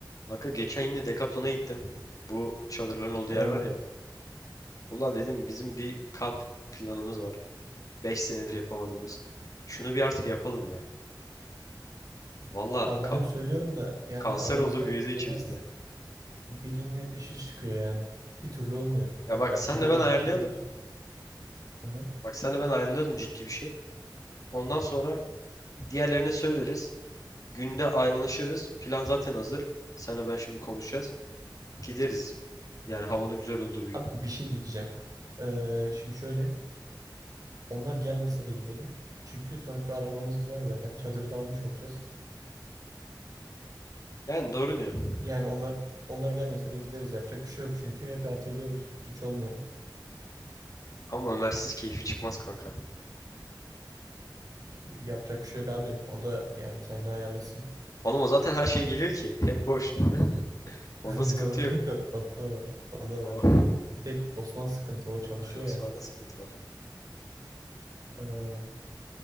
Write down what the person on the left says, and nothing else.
Kanka geçen yine Decathlon'a gittim. Bu çadırların olduğu
yer var ya. Ulan dedim bizim bir kamp planımız var. 5 senedir yapamadığımız. Şunu bir artık yapalım ya. Valla
ka-
kanser
oldu büyüdü içimizde.
Ya
bak
senle ben ayarlayalım.
Bak senle ben ayarlayalım ciddi bir şey. Ondan sonra diğerlerine söyleriz. Günde anlaşırız. Plan zaten hazır. Senle ben şimdi konuşacağız. Gideriz. Yani havanın güzel olduğu bir gün.
Yani doğru diyorsun.
Ama Ömer'siz keyfi çıkmaz kanka.
Oğlum o zaten her şey geliyor ki. Hep boş. Onda
sıkıntı
yok.
O,
Aynen Osman'da
sıkıntı var.